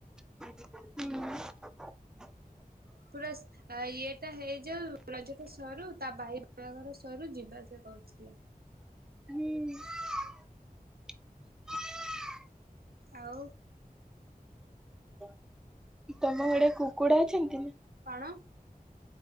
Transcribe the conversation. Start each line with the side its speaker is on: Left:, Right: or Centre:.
Centre: ହୁଁ।
Right: ପୁରା ଇଏଟା ହେଇଯାଉ ରଜ ସରୁ ତା ଭାଇ ବାହାଘର ସରୁ ଯିବା ସେ କହୁଥିଲା।
Centre: ହୁଁ
Right: ଆଉ
Centre: <inaudible> ତମ ଆଡେ କୁକୁଡା ଅଛନ୍ତି?
Right: କଣ?